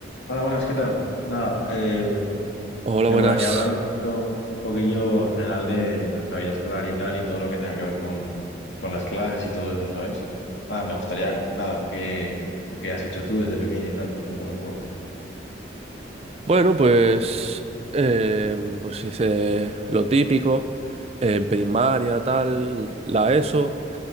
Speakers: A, on the left (about 80°); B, on the right (about 35°).
A: Hola, buenas, ¿qué tal? Nada, eh,
B: Hola,
A: me
B: buenas.
A: molaría hablar un poquillo, un poquillo en general de nuestra vida escolar y tal, y todo lo que tenga que ver con, con las clases y todo eso, ¿sabes? Nada, me gustaría, nada, ¿qué, qué has hecho tú desde pequeño y tal? Cuéntame un poco.
B: Bueno, pues, em, pues hice lo típico, en primaria, tal, la ESO,